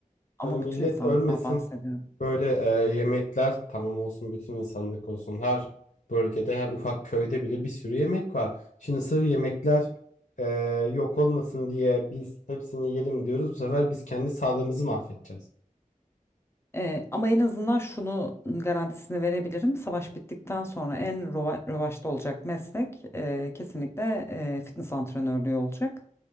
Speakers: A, on the left (about 75°); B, on the left (about 20°).
A: Hani
B: Ama
A: millet
B: bütün insanlıktan
A: ölmesin.
B: bahsediyorum.
A: Böyle e, yemekler tamam olsun bütün insanlık olsun. Her bölgede her ufak köyde bile bir sürü yemek var. Şimdi sırf yemekler e, yok olmasın diye biz hepsini yiyelim diyoruz. Bu sefer biz kendi sağlığımızı mahvedeceğiz.
B: Ee, ama en azından şunu garantisini verebilirim. Savaş bittikten sonra en rova- revaçta olacak meslek e, kesinlikle e, fitness antrenörlüğü olacak.